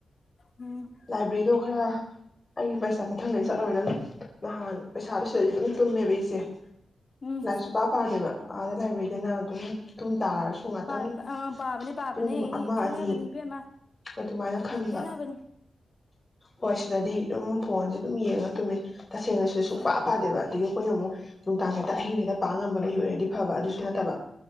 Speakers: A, on the left; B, on the left.
A: ꯎꯝ
B: ꯂꯥꯏꯕ꯭ꯔꯤꯗꯣ ꯈꯔ ꯑꯩꯒꯤ ꯄꯩꯁꯥ ꯃꯊꯪꯗ ꯆꯠꯂꯔꯣꯏꯗꯅꯦ ꯅꯍꯥꯟ ꯄꯩꯁꯥꯗꯨ ꯁꯤꯗꯗꯤ ꯑꯗꯨꯝ ꯇꯨꯝꯃꯦꯕ ꯑꯩꯁꯦ
A: ꯎꯝ
B: ꯂꯥꯏꯔꯤꯛ ꯁꯨꯄꯥ ꯄꯥꯗꯦꯕ ꯑꯥꯗ ꯂꯥꯏꯕ꯭ꯔꯦꯔꯤꯗꯅ ꯑꯗꯨꯝ ꯇꯨꯝ ꯇꯥꯔꯁꯨ ꯉꯥꯛꯇꯪ
A: ꯑꯥ ꯄꯥꯕꯅꯦ ꯄꯥꯕꯅꯦ
B: ꯄꯨꯡ ꯑꯃ
A: ꯈꯦꯠꯅꯕꯅꯤ
B: ꯑꯅꯤ
A: ꯏꯕꯦꯝꯃ
B: ꯑꯗꯨꯃꯥꯏꯅ ꯈꯟꯕ
A: ꯌꯥꯝ ꯈꯦꯠꯅꯕꯅꯤ
B: ꯍꯣꯏ ꯁꯤꯗꯗꯤ ꯑꯗꯨꯝ ꯐꯣꯟꯁꯦ ꯑꯗꯨꯝ ꯌꯦꯡꯉ ꯇꯨꯝꯃꯦ ꯇꯁꯦꯡꯅꯁꯨ ꯁꯨꯨꯡꯄꯥ
A: ꯎꯝ
B: ꯄꯥꯗꯦꯕ ꯑꯗꯨꯒꯤ ꯑꯩꯈꯣꯏꯅ ꯑꯃꯨꯛ ꯅꯨꯡꯗꯥꯡ ꯍꯦꯛꯇ ꯑꯍꯤꯡ ꯍꯦꯛꯇ ꯄꯥ ꯉꯝꯕ ꯃꯤ ꯑꯣꯏꯔꯗꯤ ꯐꯕ ꯑꯗꯨꯁꯨ ꯅꯠꯇꯕ